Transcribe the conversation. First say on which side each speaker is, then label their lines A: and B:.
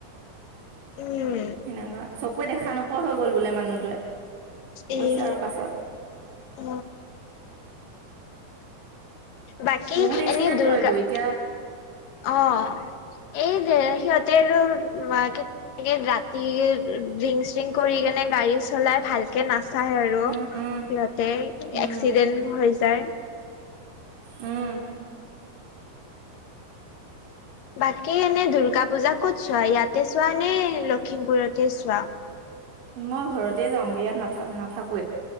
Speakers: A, on the left (about 65°); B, on the right (about 85°).
A: উম
B: <unintelligible> কৈ দেখা নোপোৱা হৈ গল বোলে মানুহটোৱে কৈছে
A: এই
B: আৰু পাছত
A: অ বাকী
B: বহুত এক্সিডেন্ট
A: এনে দুৰ্গা
B: হয়তো এতিয়া
A: অ এই যে সিহঁতে আৰু একে ৰাতি ডিং চ্ৰিং কৰি কিনে গাড়ী চলাই ভাল কে নাচায় আৰু
B: উম
A: সিহঁতে
B: উম উম
A: এক্সিডেন্ট হৈ যায়
B: উম
A: বাকী এনেই দুূৰ্গা পূজা ক'ত চোৱা ইয়াতে চোৱা নে লখিমপুৰতে চোৱা
B: মই ঘৰতে যাওঁগে ইয়াত না নাথাকোৱে